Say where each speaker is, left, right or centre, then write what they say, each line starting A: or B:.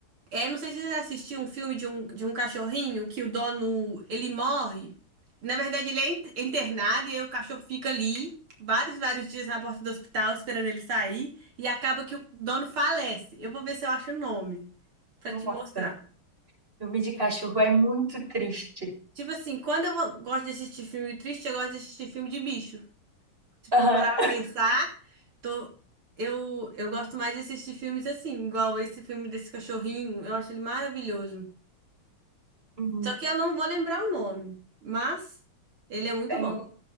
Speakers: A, on the right (about 75°); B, on the right (about 25°).
A: É, não sei se você já assistiu um filme de um, de um cachorrinho que o dono, ele morre. Na verdade, ele é in- internado e aí o cachorro fica ali vários, vários dias na porta do hospital esperando ele sair e acaba que o dono falece. Eu vou ver se eu acho o nome pra
B: Nossa,
A: te mostrar.
B: filme de cachorro é muito triste.
A: Tipo assim, quando eu vou- gosto de assistir filme triste, eu gosto de assistir filme de bicho. Tipo,
B: Aham.
A: eu parar pra pensar. Tô... Eu, eu gosto mais de assistir filmes assim, igual esse filme desse cachorrinho. Eu acho ele maravilhoso.
B: Uhum.
A: Só que eu não vou lembrar o nome, mas ele é muito
B: Tem,
A: bom.
B: um-